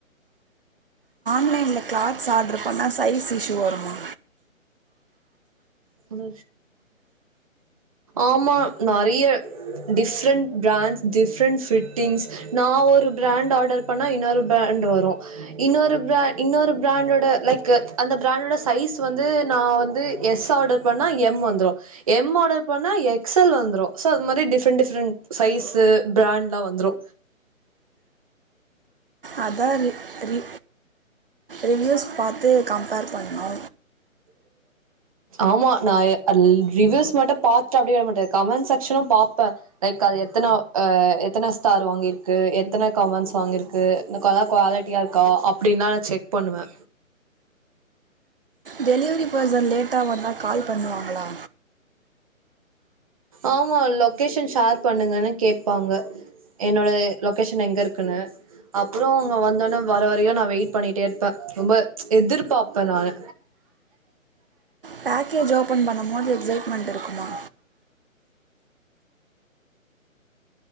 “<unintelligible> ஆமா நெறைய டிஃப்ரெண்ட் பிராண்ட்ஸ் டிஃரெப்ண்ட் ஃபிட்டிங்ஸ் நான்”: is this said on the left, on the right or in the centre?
Right